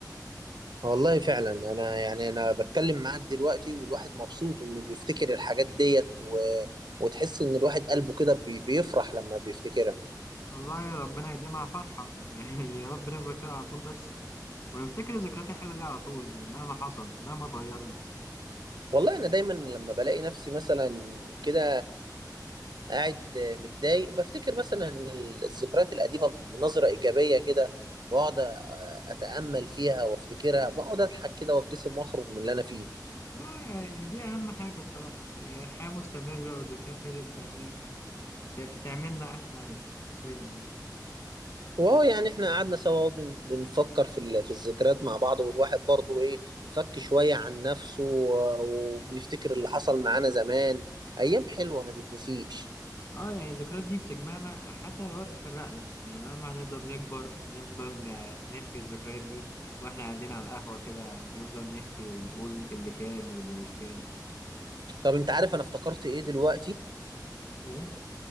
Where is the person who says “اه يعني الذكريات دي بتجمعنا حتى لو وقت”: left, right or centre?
Left